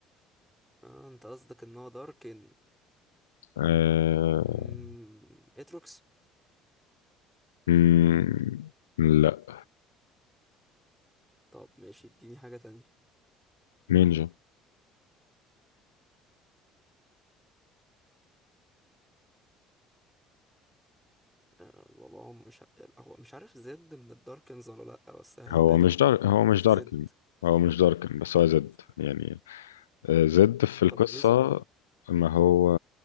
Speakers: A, in the centre; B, on the left (about 80°).
A: اه انت قصدك ان هو داركن
B: آه...
A: اممم اتروكس
B: مم... لا
A: طب ماشي اديني حاجة تانية
B: نينجا
A: آه والله مش ع- هو مش عارف زد من الداركنز ولا لأ بس ههبدها
B: هو مش دار هو مش داركن
A: زد
B: هو مش داركن بس هو زد يعني آه، زد في القصة
A: طب ليه ظلام
B: ما هو